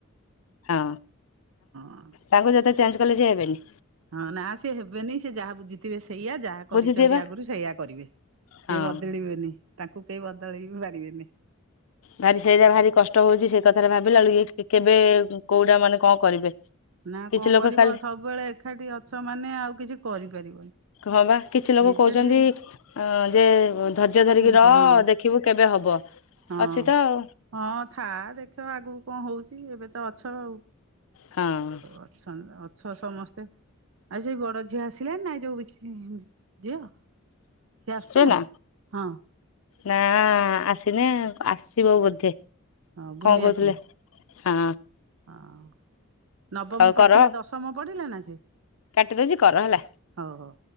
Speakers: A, on the left; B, on the right.
A: ହଁ।
B: ହଁ।
A: ତାଙ୍କୁ ଯେତେ ଚେଞ୍ଜ କଲେ ସିଏ ହେବେନି।
B: ହଁ ନା ସେଏ ହେବେନି, ସେ ଯାହା ବୁଝିଥିବେ ସେଇଆ ଯାହା କରିଛନ୍ତି
A: ବୁଝୁଥିବେ ବା
B: ଆଗରୁ ସେଇଆ କରିବେ ସିଏ
A: ହଁ
B: ବଦଳିବେନି। ତାଙ୍କୁ କେହି ବଦଳେଇ ବି ପାରିବେନି।
A: ଭାରି ସେଇରା ଭାରି କଷ୍ଟ ହଉଛି ସେଇ କଥାରେ ଭାବିଲା ବେଳକୁ କେବେ କୋଉଟା ମାନେ କଣ କରିବେ।
B: ନା
A: କିଛି
B: କଣ
A: ଲୋକ
B: କରିବ
A: ଖାଲି
B: ସବୁବେଳେ ଏକାଠି ଅଛ ମାନେ ଆଉ କିଛି କରିପାରିବନି।
A: ହୁଁ ପା। କିଛି ଲୋକ
B: ନିଜେ
A: କହୁଛନ୍ତି
B: ଯେ
A: ଯେ ଧର୍ଯ୍ୟ ଧରିକି
B: ଇଏ ହେଇଯା
A: ର
B: ହଁ
A: ଦେଖିବୁ କେବେ ହବ।
B: ହଁ।
A: ଅଛି ତ ଆଉ।
B: ହଁ ଥା ଦେଖ ଆଗକୁ କଣ ହଉଛି ଏବେ ତ ଅଛ ଆଉ
A: ହଁ
B: ଆଉ ଛ ଅଛ ସମସ୍ତେ ଆଉ ସେଇ ବଡ ଝିଅ ଆସିଲାଣି ନାଇଁ ଯୋଉ ବିକି ଝିଅ ସିଏ ଆସୁଛି
A: ସେ ନା
B: ହଁ
A: ନା ଆସିନି ଆସିବ ବୋଧେ।
B: ହଁ
A: କଣ
B: ବୁଲି
A: କହୁଥିଲେ
B: ଆସିବ
A: ହଁ
B: ହଁ। ନବମ
A: ହଉ
B: ପଡିିଥିଲା
A: କର
B: ଦଶମ ପଢିଲା ନା ସେ
A: କାଟିଦଉଛି କର ହେଲା।
B: ହଉ ହଉ।